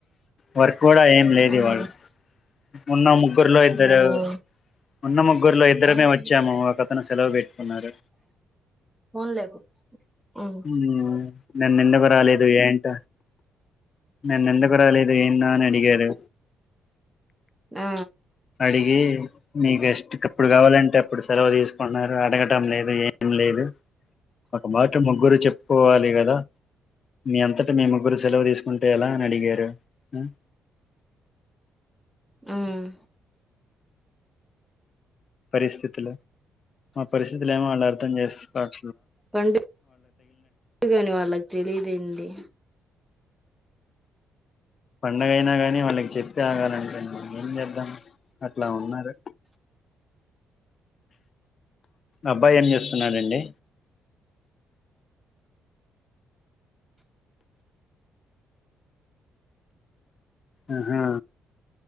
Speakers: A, on the left; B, in the centre.
A: వర్క్ కూడా ఏం లేదు
B: ఉహు
A: వాడు ఉన్న ముగ్గురులో ఇద్దరు
B: అవునా?
A: ఉన్న ముగ్గురులో ఇద్దరమే
B: రామ్ పల్లి,
A: వచ్చాము ఒక సెలవు పెట్టుకున్నారు
B: ఫోన్ లేకు ఉమ్
A: హ్మ్మ్ నిన్నెందుకు రాలేదు ఏంట నిన్న ఎందుకు రాలేదు ఏన్నా అని అడిగారు
B: ఆ
A: అడిగి మీకుస్ట్ప్పుడు కావాలంటే అప్పుడు సెలవు తీసుకున్నారు అడగటం లేదు ఏం లేదు ఒక మాట ముగ్గురు చెప్ పోవాలి కదా మీ అంతట మీ ముగ్గురు సెలవు తీసుకుంటే ఎలా అని అడిగారు హ్మ్మ్
B: ఉమ్
A: పరిస్థితులు మా పరిస్థితులు ఏమో వాళ్ళు అర్థం చేసుకోరు
B: పండుగ పండుగాని వాళ్ళకి తెలీదేందీ
A: పండుగ అయినా కానీ వాళ్ళకి చెప్తే ఆగాలంటండి మే ఏం చేద్దాం అట్లా ఉన్నారు అబ్బాయి ఏం చేస్తున్నానండి ఆహా